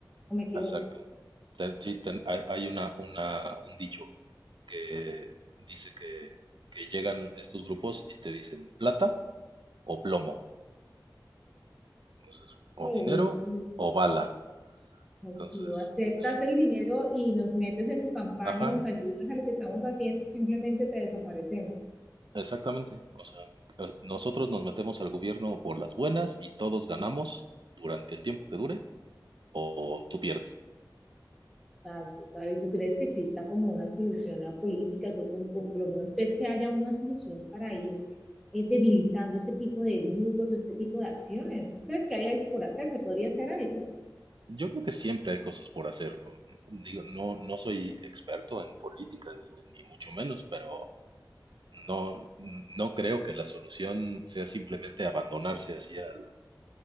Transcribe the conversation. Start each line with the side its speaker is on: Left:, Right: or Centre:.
Centre: o me equivoco.
Right: exacto. Te- sí, ten- hay hay una, una, un dicho que dice que, que llegan estos grupos y te dicen plata o plomo, entonces,
Centre: Oh,
Right: o dinero
Centre: muy, muy,
Right: o bala.
Centre: Pues
Right: Entonces,
Centre: si o aceptas
Right: si-
Centre: el dinero y nos metes en tu campaña
Right: Ajá,
Centre: y nos ayudas a lo que estamos haciendo, simplemente te desaparecemos.
Right: exactamente. O sea, eh, nosotros nos metemos al gobierno por las buenas y todos ganamos durante el tiempo que dure o tú pierdes.
Centre: Tal, tal. ¿Y tú crees que exista como una solución a políticas o, o- o por lo menos crees que haya una solución para ir eh, debilitando este tipo de grupos o este tipo de acciones? ¿Crees que hay algo por hacer? ¿Se podría hacer algo? O
Right: Yo creo que siempre hay cosas por hacer. Mm, Digo, no, no soy experto en política ni, ni mucho menos, pero no, no creo que la solución sea simplemente abandonarse así al-